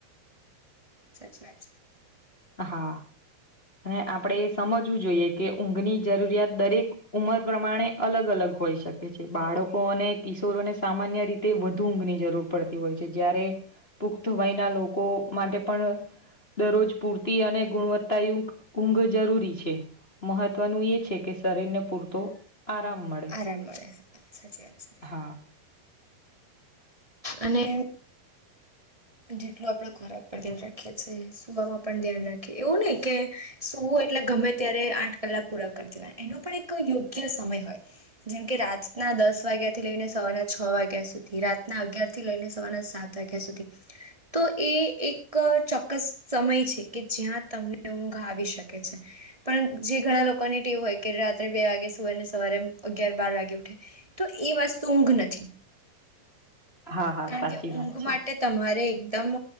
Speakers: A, on the right; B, on the left.
A: સાચી વાત
B: હા અને આપણેે એ સમજવું જોઈએ કે ઊંઘની જરૂરિયાત દરેક ઉંમર પ્રમાણે અલગ અલગ હોઈ શકે છે બાળકો અને કિશોરોને સામાન્ય રીતે તે વધુ ઊંઘની જરૂર પડતી હોય છે જ્યારે પુખ્ત વયના લોકો માટે પણ દરરોજ પૂરતી અને ગુણવત્તાય ઊંઘ જરૂરી છે મહત્વનું એ છે કે શરીરને પૂરતો આરામ મળે
A: આરામ મળે સાચી વાત છે
B: હા
A: અને જેટલું આપણે ખોરાક પર ધ્યાન રાખીએ છીએ સુવામાં પણ ધ્યાન રાખેએ એવું નને કે સુવું એટલે ગમે ત્યારે આઠ કલાક પુરાક રી દેવાય એનો પણ એક યોગ્ય સમય હોય જેમ કે રાતના દસ વાગ્યા થી લઈને સવારના છ વાગ્યા સુધી રાતના અગ્યાર થી લઈને સવારના સાત ત વાગ્યાં સુઘી તો એ એક ચોક્કસ સમય છે કે જ્યાં તમને ઊંઘ આવી શકે છે પણ જે ઘણા લોકોની ટીવ હોય કે રાત્રે બે વાગે સુવાય ને સવારે અગિયાર બાર વાગે ઉઠે તો એ વસ્તુ ઊંઘ નથી
B: હા હા
A: કારણ
B: સાચી
A: કે
B: વાત
A: ઊંઘ
B: છે
A: માટે તમારે એકદમ